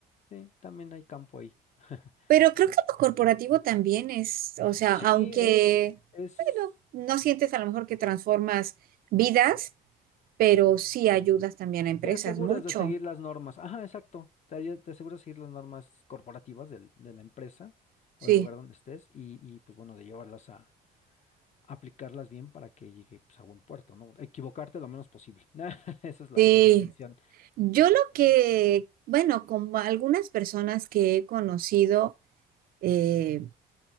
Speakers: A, on the left (about 40°); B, on the right (about 60°).
A: sí, también hay campo ahí. <laughs>
B: Pero creo que lo corporativo también es, o sea,
A: Sí,
B: aunque,
A: es, es,
B: bueno, no sientes a lo mejor que transformas vidas, pero sí ayudas también a empresas
A: te aseguras
B: mucho.
A: de seguir las normas. Ajá, exacto. Te, aye- te aseguras de seguir las normas corporativas del- de la empresa
B: Sí.
A: o del lugar donde estés y, y, pues bueno, de llevarlas a aplicarlas bien para que llegue pues, a buen puerto, ¿no? Equivocarte lo menos posible. <laughs> Esa es la
B: Sí,
A: intención.
B: yo lo que, bueno, como algunas personas que he conocido, eh,